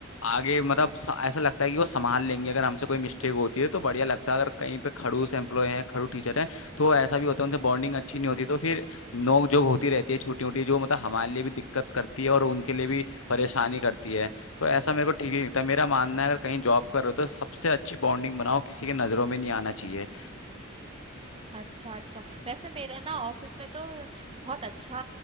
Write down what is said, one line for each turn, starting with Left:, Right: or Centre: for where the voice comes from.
Left: आगे मतलब स- ऐसा लगता है कि वो संभाल लेंगे अगर हमसे कोई मिस्टेक होती है तो बढ़िया लगता है अगर कहीं पे खड़ूस एम्प्लॉय हैं खड़ूस टीचर हैं तो ऐसा भी होता है उनसे बॉन्डिंग अच्छी नहीं होती तो फिर नोक झोंक होती रहती है छोटी मोटी जो मतलब हमारे लिए भी दिक्कत करती है और उनके लिए भी परेशानी करती है तो ऐसा मेरे को ठीक नहीं लगता मेरा मानना है अगर कहीं जॉब कर रहे हो तो सबसे अच्छी बॉन्डिंग बनाओ किसी के नज़रों में नहीं आना चाहिए
Right: अच्छा अच्छा वैसे मेरा ना ऑफिस में तो बहुत अच्छा